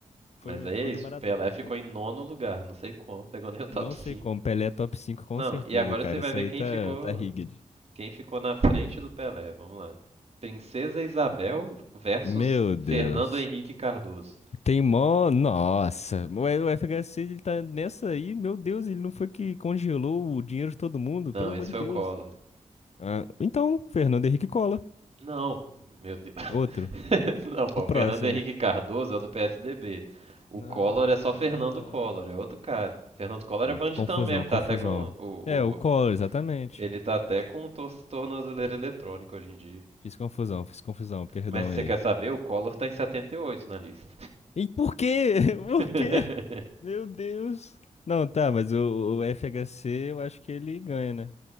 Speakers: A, on the left (about 55°); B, on the right (about 50°).
A: Foi
B: Mas aí
A: o fã
B: é isso,
A: do Maradona.
B: o Pelé
A: que
B: ficou
A: votou.
B: em nono lugar, não sei como, pegou nem o top
A: Não
B: cinco
A: sei como. Pelé é top 5 com
B: Não,
A: certeza,
B: e agora
A: cara.
B: você vai
A: Isso
B: ver
A: aí
B: quem
A: tá,
B: ficou,
A: tá rigged.
B: quem ficou na frente do Pelé, vamos lá. Princesa Isabel versus
A: Meu Deus.
B: Fernando Henrique Cardoso.
A: Tem mó. Nossa. O o FHC ele tá nessa aí. Meu Deus, ele não foi que congelou o dinheiro de todo mundo?
B: Não,
A: Pelo
B: esse
A: amor de
B: foi
A: Deus.
B: o Collor.
A: Ah, então, Fernando Henrique Cola.
B: Não, meu Deus. <laughs>
A: Outro.
B: Não, pô,
A: O
B: o
A: próximo.
B: Fernando Henrique Cardoso é o do PSDB. O
A: Não,
B: Collor é só Fernando
A: ah.
B: Collor, é outro cara. Fernando Collor
A: Não,
B: é bandidão
A: confusão,
B: mesmo,
A: confusão.
B: tá até com o,
A: É, o Collor,
B: o-
A: exatamente.
B: ele tá até com o tor tornozeleira eletrônico hoje em dia.
A: Fiz confusão, fiz confusão, perdão
B: Mas se
A: aí.
B: você quer saber, o Collor tá em 78 na lista.
A: E por quê? <laughs> Por
B: <laughs>
A: quê? Meu Deus. Não, tá, mas o, o FHC eu acho que ele ganha, né?